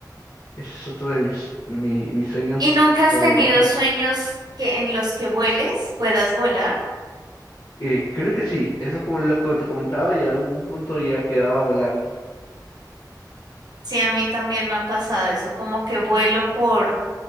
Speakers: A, on the left; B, on the right.
A: Ese es otro de mis, mi- mis sueños
B: ¿Y nunca has
A: favoritos.
B: tenido sueños que en los que vueles, puedas volar?
A: Eh, creo que sí, eso es como lo que te comentaba y en algún punto ya quedaba volando.
B: Sí, a mí también me ha pasado eso, como que vuelo por,